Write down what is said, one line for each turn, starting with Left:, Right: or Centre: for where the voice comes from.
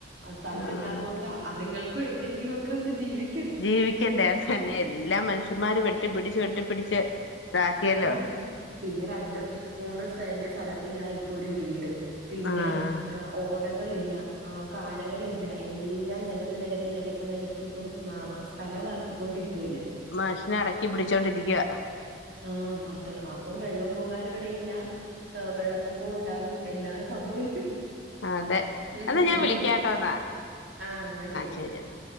Right: ആഹ് സ്ഥലമില്ലാത്തത്
Left: ഉം
Right: കൊണ്ടാ അതുങ്ങൾക്കും എവിടെയെങ്കിലും ഒക്കെ ഒന്ന് ജീവി
Left: ജീവിക്കണ്ടേ അത് തന്നെ എല്ലാ മനുഷ്യന്മാര് വെട്ടി പിടിച്ച് വെട്ടിപ്പിടിച്ച് ഇതാക്കിയല്ലോ
Right: ആഹ് പിന്നെ രണ്ടും മൂന്നും സെന്റ് സ്ഥലത്തിലാ ഇപ്പൊ ഒരു വീട് പിന്നെ
Left: ആഹ്
Right: ഓടകളില്ല ആഹ് കാനകളില്ല എല്ലാം നികത്തി നികത്തി നികത്തി നികത്തി ഇപ്പം മാ സ്ഥലമാക്കിക്കൊണ്ടിരിക്കല്ലേ
Left: മനുഷ്യനെ അടക്കി പിടിച്ചോണ്ടിരിക്കുവാ
Right: ആഹ് അതെ അപ്പം വെള്ളം പോകാനും ഇടയില്ല വെള്ളപ്പൊക്കവും ഉണ്ടാകും എല്ലാം സംഭവിക്കും
Left: അതെ
Right: ഉംഹ്
Left: എന്നാ ഞാൻ വിളിക്കാട്ടോ എന്നാ
Right: ആഹ് എന്നാ ശെരിയെന്നാ
Left: ശരി എന്നാ